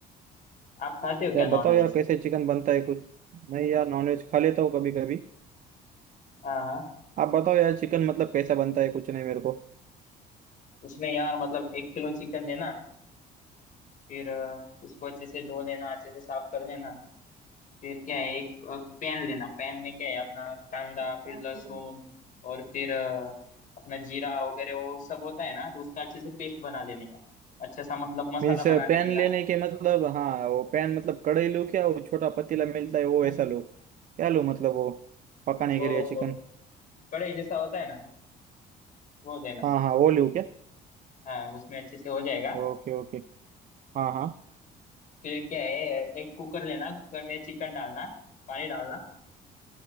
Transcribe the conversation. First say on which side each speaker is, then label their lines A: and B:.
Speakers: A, on the left (about 50°); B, on the right (about 50°).
A: आप खाते हो क्या
B: यार
A: नॉनवेज
B: बताओ यार कैसे चिकन बनता है कुछ नहीं यार नॉनवेज खा लेता हूँ कभी कभी
A: हाँ हाँ
B: आप बताओ यार चिकन मतलब कैसा बनता है कुछ नहीं मेरे
A: उसमें यार मतलब एक किलो चिकन देना फिर अ, उसको अच्छे से धो लेना अच्छे से साफ कर लेना फिर क्या है एक अ, पैन लेना पैन में क्या है अपना कांदा
B: को
A: फिर लहसुन और फिर अ, अपना जीरा वगैरह वो सब होता है ना तो उसका अच्छे से पेस्ट बना लेने का अच्छा सा मतलब मसाला
B: मीन्स
A: बना लेने
B: पेन
A: का
B: लेने के मतलब हाँ वो पेन मतलब कड़े लूँ क्या वो छोटा पतीला मिलता है वो ऐसा लूँ क्या लूँ मतलब वो पकाने
A: वो
B: के लिए चिकन
A: वो कढ़ाई जैसा होता है ना वो देना
B: हाँ हाँ वो लूँ क्या
A: हाँ उसमें अच्छे से हो जाएगा
B: Okay okay हाँ हाँ
A: फिर क्या है एक कुकर लेना कुकर में चिकन डालना पानी डालना